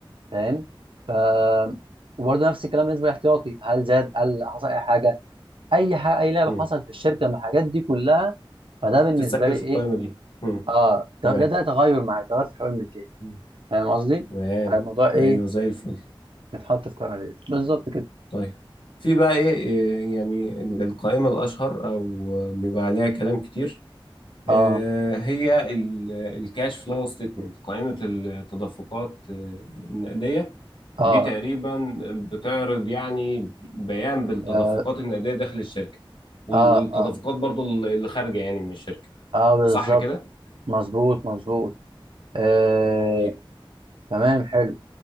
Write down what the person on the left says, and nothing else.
مم.
بتتسجل
في
القائمة دي مم.
تمام
مم.
تمام
أيوه زي الفل
طيب في بقى إيه إيه، يعني ال- القائمة الأشهر أو بيبقى عليها كلام كتير آه،
هي الكاش فلو ستيتمنت قائمة التدفقات آه، النقدية
دي تقريبا بتعرض يعني بيان بالتدفقات
النقدية داخل الشركة وال-
والتدفقات
برضو اللي خارجة يعني من الشركة
صح كده؟
طيب